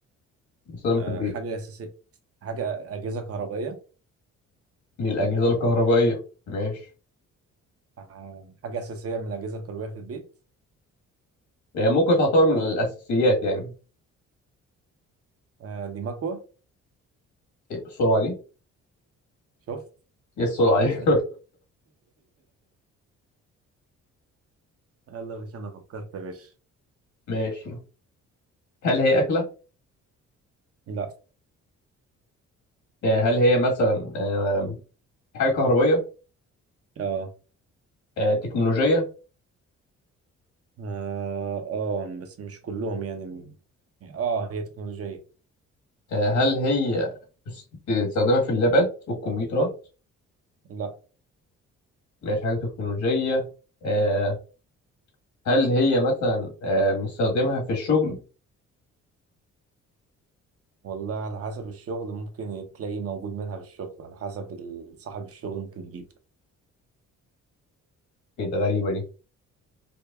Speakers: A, on the left; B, on the right.
A: بستخدمها
B: آه،
A: في البيت
B: حاجه اساسيه حاجه اجهزه كهربائيه
A: من الأجهزة الكهربائية ماشي
B: آه، حاجة أساسية من الأجهزة الكهربائية في البيت
A: هي ممكن تعتبر من الأساسيات يعني
B: آه، دي مكوة
A: إيه السرعة دي؟
B: شفت
A: إيه السرعة
B: <laughs>
A: دي؟
B: يلا مش أنا فكرت يا باشا
A: <laughs> ماشي هل هي أكلة؟
B: لا
A: آه، هل هي مثلا آه، حاجة كهربية؟
B: اه
A: آه، تكنولوجية؟
B: اه آه، بس مش كلهم يعني م- اه هي تكنولوجية
A: آه، هل هي تس- تستخدمها في اللابات والكمبيوترات؟
B: لا
A: مش حاجة تكنولوجية آه، هل هي مثلا آه، بنستخدمها في الشغل؟
B: والله على حسب الشغل ممكن تلاقي موجود منها في الشغل على حسب ال- صاحب الشغل ممكن يجيب
A: ايه ده غريبة دي